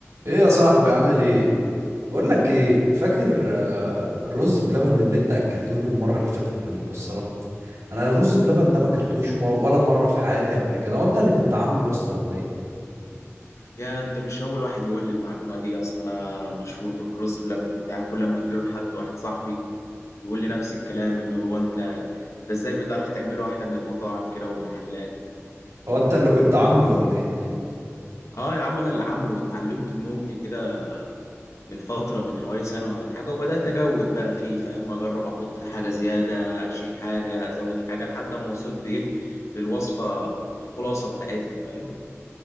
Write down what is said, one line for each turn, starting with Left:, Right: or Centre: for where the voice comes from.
Right: ايه يا صاحبي عامل ايه بقول لك ايه فاكر آه، الرز بلبن اللي انت اكلتوني المره اللي فاتت بالمكسرات انا الرز بلبن ده ما اكلتوش مر- ولا مره في حياتي قبل كده هو انت اللي كنت عامله يا اسطى ولا ايه
Left: يا انت مش اول واحد يقول لي المعلومه دي اصلا انا مشهور بالرز بلبن بتاعي كل ما اكله لحد واحد صاحبي يقول لي نفس الكلام اللي هو انت انت ازاي بتعرف تعمله احلى من المطاعم كده والمحلات
Right: هو انت اللي كنت عامله ولا ايه
Left: اه يا عم انا اللي عامله واتعلمت من امي كده من فتره من حوالي سنه ولا حاجه وبدات اجود بقى فيه فاهم اجرب احط حاجه زياده اشيل حاجه ازود حاجه لحد ما وصلت ايه للوصفه الخلاصه بتاعتها فاهم